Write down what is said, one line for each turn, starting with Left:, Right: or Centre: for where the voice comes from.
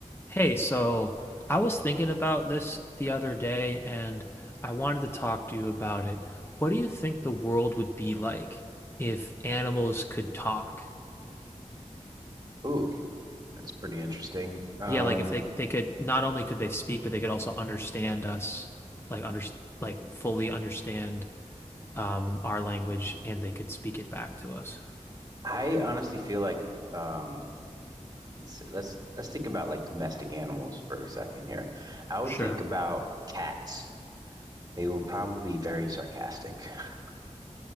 Left: Hey, so I was thinking about this the other day and I wanted to talk to you about it. What do you think the world would be like if animals could talk?
Right: Ooh, that's pretty interesting. Um,
Left: Yeah, like if they they could not only could they speak, but they could also understand us, like under like fully understand um our language and they could speak it back to us.
Right: I honestly feel like um, let's see- let's let's think about like domestic animals for a second here. I would
Left: Sure.
Right: think about cats. They will probably be very sarcastic. <laughs>